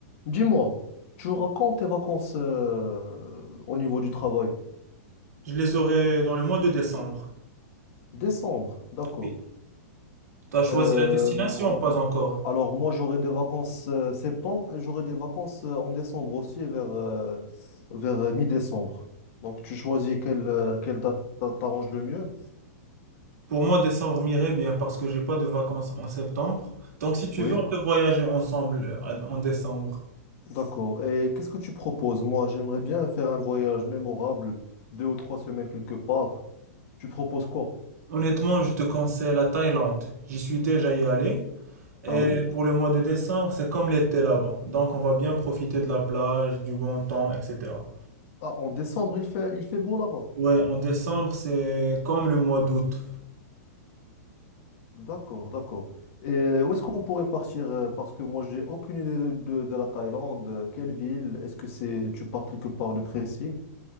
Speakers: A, on the left; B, on the right.
A: Dis-moi, tu racontes tes vacances euh, au niveau du travail.
B: Je les aurai dans le mois de décembre.
A: Décembre, d'accord.
B: Oui. T'as choisi
A: Euh,
B: la destination,
A: m-
B: pas encore.
A: alors moi j'aurai des vacances euh, septembre et j'aurai des vacances euh, en décembre aussi vers, euh, vers euh, mi-décembre. Donc tu choisis quelle, euh, quelle date t'a- t'arrange le mieux.
B: Pour moi, décembre m'irait bien parce que j'ai pas de vacances en septembre. Donc si tu
A: Oui,
B: veux, on peut voyager ensemble euh, en décembre.
A: d'accord. Et qu'est-ce que tu proposes? Moi j'aimerais bien faire un voyage mémorable, deux ou trois semaines quelque part. Tu proposes quoi?
B: Honnêtement, je te conseille la Thaïlande. J'y suis déjà y allé. Et
A: Ah oui?
B: pour le mois de décembre, c'est comme l'été là-bas. Donc on va bien profiter de la plage, du bon temps, etc.
A: Ah, en décembre il fait, il fait beau là-bas.
B: Ouais, en décembre, c'est comme le mois d'août.
A: D'accord, d'accord. Et euh, où est-ce qu'on pourrait partir? euh, Parce que moi, j'ai aucune idée de, de- de la Thaïlande. Euh, Quelle ville? Est-ce que c'est tu pars quelque part de précis?